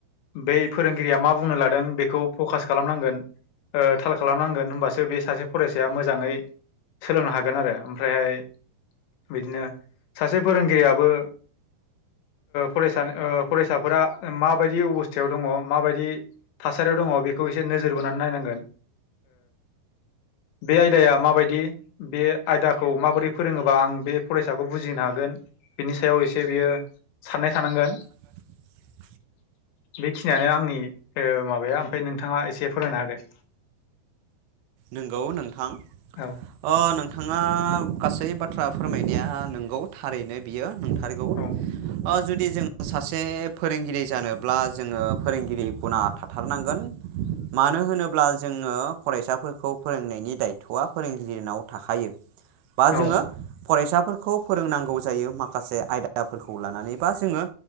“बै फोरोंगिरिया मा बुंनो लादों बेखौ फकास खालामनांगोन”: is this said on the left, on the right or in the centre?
Left